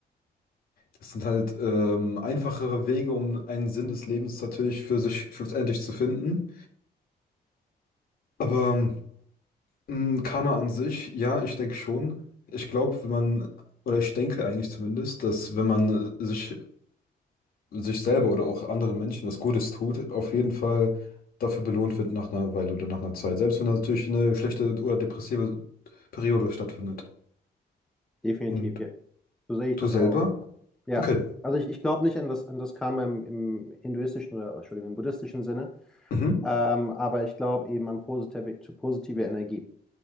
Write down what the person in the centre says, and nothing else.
Definitiv,
ja. So sehe ich
das
auch. Ja,
also ich, ich glaube nicht an das, an das Karma im, im hinduistischen oder, Entschuldigung, im buddhistischen Sinne,
ähm, aber ich glaube eben an positive, positive Energie.